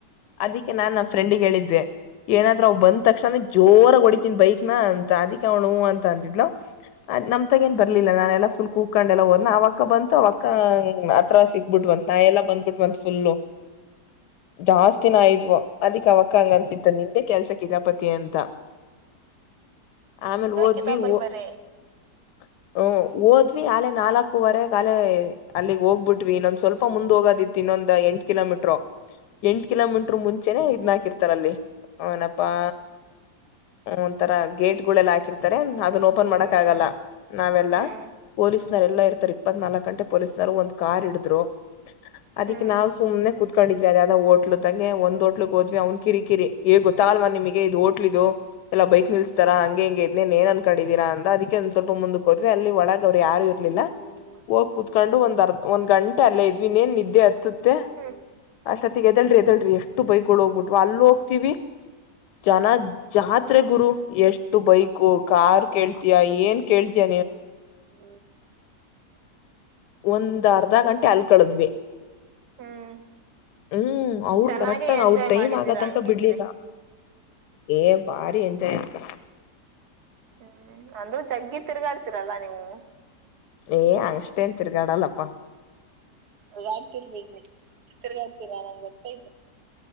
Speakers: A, on the left; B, on the right.
A: ಅದಕ್ಕೆ ನಾನ್ ನಮ್ಮ ಫ್ರೆಂಡ್ಗೆ ಹೇಳಿದ್ದೆ ಏನಾದ್ರ ಅವವು ಬಂದ ತಕ್ಷಣ ಜೋರ ಹೊಡಿತನ್ ಬೈಕ್ನ ಅಂತ ಅದಕ್ಕೆ ಅವನು ಅಂತ ಅಂತಿದ್ಲ ನಮ ಏನ್ ಬರ್ಲಿಲ್ಲ ನಾನೆಲ್ಲಾ ಫುಲ್ ಕೂಕೊಂಡ ಎಲ್ಲಾ ಹೋದ್ ಆ ಅವಕ್ಕ ಬಂತು ಅವಕ್ಕ ಆ ಸಿ ಬಿಟ್ವಂತ ನಾಯ ಎಲ್ಲ ಬಂದ್ಬಿಟ್ ಒ ಫುಲ್ಲ ಜಾಸ್ತಿ ನ ಇದ್ವ ಅದಿಕ್ ಅವಕ್ಕ ಹಂಗ ಅನ್ತಿತ್ತು ನಿಂದೆ ಕೆಲ್ಸಕ್ದಪತಿ ಅಂತ ಆಮೇಲೆ ಓದ್ವಿ
B: ಕಿತಾಬೈ
A: ಹ್ಮ
B: ಬರೇ
A: ಓದ್ವಿ ಆಲೆ ನಾಲ್ಕುವರೆ ಕಾಲೇ ಅಲ್ಲಿಗ್ ಹೋಗ್ಬಿಟ್ಇನ್ನೊಂದ್ ಸ್ವಲ್ಪ ಮುಂದ್ ಹೋಗೋದಿತ್ತ ಇನ್ನೊಂದ್ ಎಂಟ ಕಿಲೋಮೀಟರು ಎಂಟು ಕಿಲೋಮೀಟ್ರ ಮುಂಚೆನೆ ಇದ್ ಹಾಕಿರ್ತಾರ ಅಲ್ಲಿ ಅವನಪಾ ಒಂಥರಾ ಗೇಟ್ ಗಳೆಲ್ಲ ಹಾಕಿರ್ತಾರೆ ಅದನ್ ಓಪನ್ ಮಾಡಕ್
B: ಹ್ಮ್
A: ಆಗಲ್ಲ ನಾವೆಲ್ಲ
B: ಹ್ಮ್
A: ಪೋ ಎಲ್ಲ ಇರ್ತಾರೆ ಇಪ್ಪತಲ್ಕ ಗಂಟೆ ಪೊಲೀಸ್ನರು ಒಂದಂದು ಕಾರ್ಡ್ರು ಅದಿಕ್
B: ಹ್ಮ್
A: ನಾವವು ಸುಮ್ನೆ ಕುತ್ಕೊಂಡಿದ್ವಿ ಅದ ಯಾವ್ದ ಹೋಟ್ಲುದಾಗೆ ಒಂದ್ ಹೋಟ್ಲಹೋದ್ವಿ ಅವ್ನ್ ಕಿರಿ ಕಿರಿ ಗೊತ್ತಾ ಅಲ್ವಾ ನಿಮಗೆ ಇದು ಹೋಟ್ಲ್ ಇದು ಎಲ್ಲ ಬೈಕ್ ನಿಲ್ಸ್ ಹಂಗೆಮಗೆ ಇದ್ನ್ ಏನ್ ಕಡಿದೀರ ಅದಕ್ಕೆ ಒಂದ ಸ್ವಲ್ಪ ಮುಂದ ಹೋದ್ವಿ ಅ ಒಳಗ ಅವರು ಯಾರು ಇರ್ಲಿ
B: ಹ್ಮ
A: ಹೋಗ್ ಕೂತ್ಕೊಂಡು ಒಂದ್ ಅರ್ಧ ಒಂದ್ ಗಂಟೆ ಅಲ್ಲೇ ಇದ್ವಿನ್ನ್ ನಿದ್ದೆ ಎತ್ತುತ್ತೆ
B: ಹ್ಮ್
A: ಅಷ್ಟೊತ್ತಿಗೆ ಎದಲ್ರಿ ಎದಲ್ ಎಷ್ಟು ಬೈಗಳು ಹೋಗ್ಬಿಟ್ವಾ ಅಲ್ಲೂ ಹೋಗ್ತಿವಿ ಜನ ಜಾತ್ರೆ ಗುರು ಎಷ್ಟು ಬೈಕು ಕಾರ್ ಕೇಳ್ತಯ ಏನ್ ಕೇಳ್ತಯ
B: ಹ
A: ಒಂದ್ ಅರ್ಧ ಗಂಟೆ ಅಲ್ ಕಳದ್ವಿ
B: ಹ್ಮ್
A: ಹ್ಮ್ ಅವ್ರರು
B: ಚೆನ್ನಾಗೆ
A: ಕರೆಕ್ಟಗ
B: ಎಂಜಾಯ್
A: ಅವ್ರ ಟೈಮ್
B: ಮಾಡಿದೀರಾ
A: ಆಗತನಕ
B: ಹಂಗಿದ್ರೆ
A: ಬಿಡ್ಲಿಲ್ಲ ಏ ಬಾರಿ ಎಜಾಯ್ ಆತ
B: ಹ್ಮ್ ಅಂದ್ರೂ ಜಗ್ಗಿ ತಿರ್ಗಾಡ್ತಿರಲ್ಲಾ ನೀವು
A: ಏ ಅಷ್ಟೇನ್ ತಿರ್ಗಾಡಲ್ಲಪ್ಪ
B: ಆಡ್ತಿರ್ ಇ ತಿರ್ಗಾಡ್ತೀರಾ ನಂಗ್ ಗೊತ್ತಾಯ್ತು